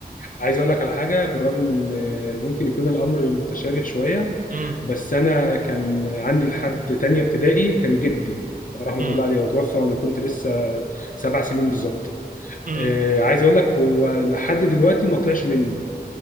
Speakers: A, on the left (about 55°); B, on the right (about 55°).
A: عايز اقول لك على حاجه بالرغم من آه، ممكن يكون الامر متشابه شويه
B: امم
A: بس انا كان عندي لحد تانية ابتدائي كان جدي رحمه
B: امم
A: الله عليه وتوفى وانا كنت لسه سبع سنين بالظبط
B: امم.
A: آه، عايز اقول لك هو لحد دلوقتي ما طلعش مني